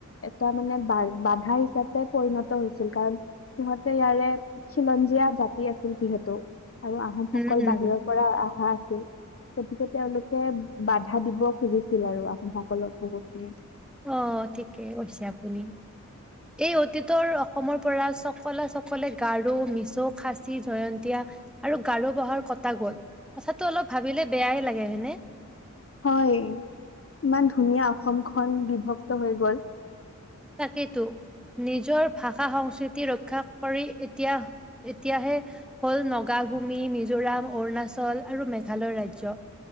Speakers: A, on the left (about 45°); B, in the centre.
A: এটা মানে বা বাধা হিচাপে পৰিণত হৈছিল। কাৰণ সিহঁতে ইয়াৰে খিলঞ্জীয়া জাতি আছিল যিহেতু। আৰু আহোমসকল
B: উম, উম,
A: বাহিৰৰ পৰা আহা গতিকে তেওঁলোকে বাধা দিব খুজিছিল আৰু আহোম সক উপলব্ধ হৈছিল
B: অ, ঠিকেই কৈছে আপুনি। এই অতীতৰ অসমৰ পৰা চকলা চকলে গাৰু, মিছৌ, খাচী, জয়ন্তীয়া আৰু গাৰু বহাৰ কটা গল। কথাটো অলপ ভাবিলে বেয়াই লাগে হয়নে?
A: হয় ইমান ধুনীয়া অসমখন বিভক্ত হৈ গল।
B: তাকেইতো। নিজৰ ভাষা সংস্কৃতি ৰক্ষা কৰি এতিয়া এতিয়াহে হল নগাভূমি, মিজোৰাম, অৰুণাচল আৰু মেঘালয় ৰাজ্য।